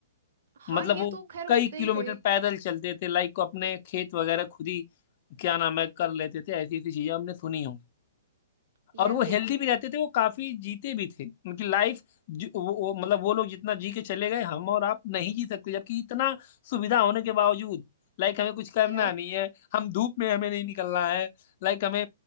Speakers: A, on the right; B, on the left.
A: हाँ
B: मतलब
A: ये
B: वो
A: तो खैर
B: कई
A: होते
B: किलोमीटर
A: ही थे
B: पैदल चलते थे लाइक अपने खेत वगैरह खुद ही क्या नाम है कर लेते थे ऐसी ऐसी चीजें हमने सुनी होंगी
A: यार
B: और वो हेल्दी
A: देखो
B: भी रहते थे वो काफी जीते भी थे उनकी लाइफ जो- वो, वो मतलब वो लोग जितना जी के चले गए हम और आप नहीं जी सकते जबकि इतना सुविधा होने के बावजूद लाइक हमें कुछ करना
A: यार
B: नहीं है हम धूप में हमें नहीं निकलना है लाइक हमें